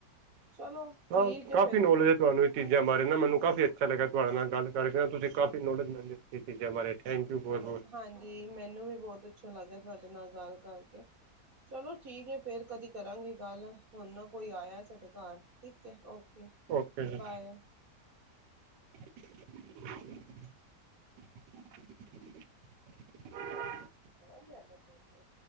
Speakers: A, on the right; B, on the right.
A: ਚਲੋ, ਠੀਕ
B: ਹਾਂ
A: ਹੈ
B: ਕਾਫ਼ੀ
A: ਫਿਰ।
B: ਨੌਲੇਜ ਹੈ ਤੁਹਾਨੂੰ ਇਹ ਚੀਜ਼ਾਂ ਬਾਰੇ ਨਾ ਮੈਨੂੰ ਕਾਫੀ ਅੱਛਾ ਲੱਗਿਆ ਤੁਹਾਡੇ ਨਾਲ ਗੱਲ ਕਰਕੇ ਨਾ, ਤੁਸੀਂ ਕਾਫੀ ਨੋਲੇਜ ਮਿਲਦੇ ਇਹ ਚੀਜ਼ਾਂ ਬਾਰੇ। ਥੈਂਕ ਯੂ ਬਹੁਤ
A: ਅ
B: ਬਹੁਤ
A: ਹਾਂਜੀ, ਮੈਨੂੰ ਵੀ ਬਹੁਤ ਅੱਛਾ ਲੱਗਿਆ ਤੁਹਾਡੇ ਨਾਲ ਗੱਲ ਕਰਕੇ, ਚਲੋ ਠੀਕ ਹੈ ਫੇਰ ਕਦੀ ਕਰਾਂਗੇ ਗੱਲ। ਹੁਨ ਕੋਈ ਆਇਆ ਸਾਡੇ ਘਰ, ਠੀਕ ਹੈ ਓਕੇ,
B: ਓਕੇ ਜੀ
A: ਬਾਏ।
B: <inaudible>
A: <inaudible>
B: <inaudible>
A: ਬੜਾ ਧਿਆਨ ਰਖਦੇ ਓ।